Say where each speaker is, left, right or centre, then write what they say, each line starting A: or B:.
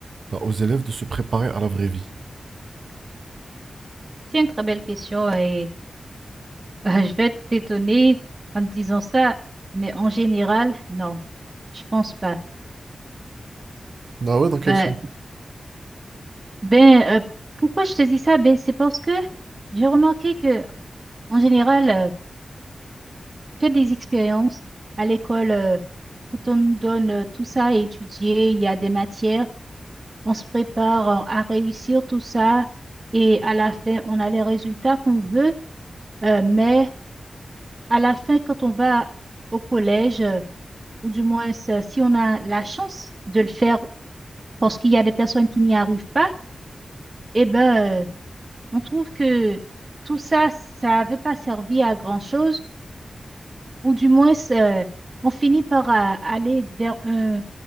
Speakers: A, on the right; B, on the right.
A: bah, aux élèves de se préparer à la vraie vie?
B: C'est une très belle question et euh, je vais t'étonner en te disant ça, mais en général, non, je pense pas.
A: Ah ouais, dans
B: Ben,
A: quel sens?
B: ben euh, pourquoi je te dis ça? Ben, c'est parce que j'ai remarqué que en général, euh, que des expériences à l'école, euh, quand on nous donne euh, tout ça à étudier, il y a des matières, on se prépare euh, à réussir tout ça et à la fin, on a les résultats qu'on veut, euh, mais à la fin, quand on va au collège, euh, ou du moins euh, si on a la chance de le faire parce qu'il y a des personnes qui n'y arrivent pas, eh ben, euh, on trouve que tout ça, ça n'avait pas servi à grand-chose, ou du moins, euh, on finit par euh, aller vers un,